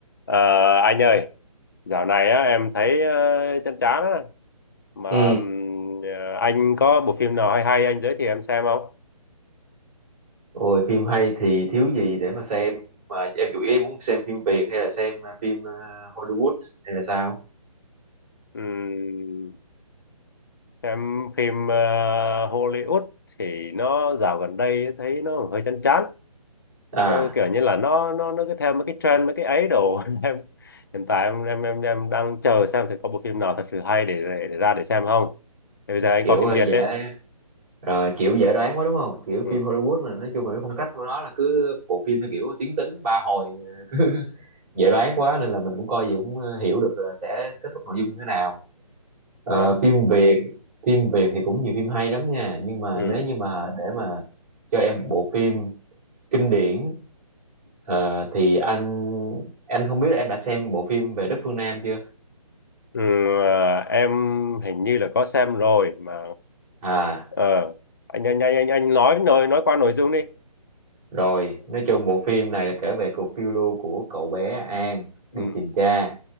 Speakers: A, on the left; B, on the right.
A: Ờ, anh ơi, dạo này á, em thấy ờ, chán chán á. Mà
B: Ừ,
A: ừm, ờ, anh có bộ phim nào hay hay anh giới thiệu em xem không?
B: rồi phim hay thì thiếu gì để mà xem mà em chủ yếu em muốn xem phim Việt hay là xem à, phim à, Hollywood hay là sao?
A: Ừm, xem phim ờ, Hollywood thì nó dạo gần đây thấy nó hơi chán chán.
B: À,
A: Ờ, kiểu như là nó nó nó cứ theo mấy cái trend mấy cái ấy đồ <laughs> em hiện tại em em em em đang chờ xem thì có bộ phim nào thật sự hay để để, để ra để xem không. Thì bây giờ anh
B: kiểu
A: có phim
B: à,
A: Việt
B: dễ
A: đấy.
B: rồi kiểu dễ đoán quá đúng không? Kiểu
A: Ừ,
B: phim Hollywood là nói chung là cái phong cách của nó là cứ bộ phim theo kiểu tiến tính ba hồi à, dễ đoán quá nên là mình cũng coi gì cũng à, hiểu được là sẽ kết thúc nội dung như thế nào. Ờ,
A: đó.
B: phim Việt, phim Việt thì cũng nhiều phim hay lắm nha, nhưng mà
A: Ừ.
B: nếu như mà để mà cho em bộ phim kinh điển Ờ, thì anh anh không biết là em đã xem bộ phim về đất phương Nam chưa?
A: Ừ, à, em hình như là có xem rồi mà
B: À,
A: ờ, anh, anh anh anh anh nói nói nói qua nội dung đi
B: rồi, nói chung bộ phim này là kể về cuộc phiêu lưu của cậu bé An đi
A: ừ.
B: tìm cha,